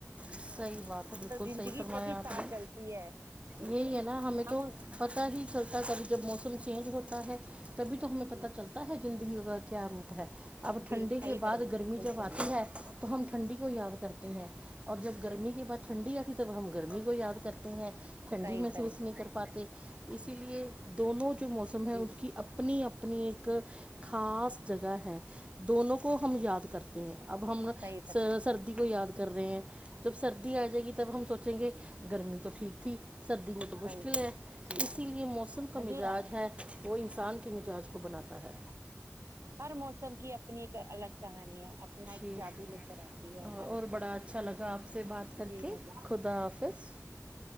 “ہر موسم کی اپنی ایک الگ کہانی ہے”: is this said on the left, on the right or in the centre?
Right